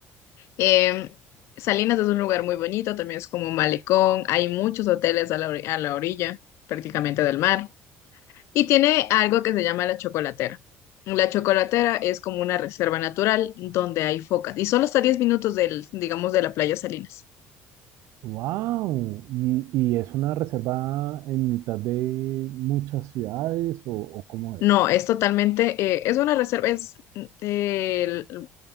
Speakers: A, on the left; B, on the right.
A: Eh, Salinas es un lugar muy bonito, también es como un malecón, hay muchos hoteles a la, ori- a la orilla prácticamente del mar y tiene algo que se llama la chocolatera. La chocolatera es como una reserva natural donde hay focas y solo está a 10 minutos del, digamos, de la playa Salinas.
B: Wow, ¿Y, y es una reserva en mitad de muchas ciudades o, o cómo
A: No,
B: es?
A: es totalmente, eh, es una reserva, es, mm, el-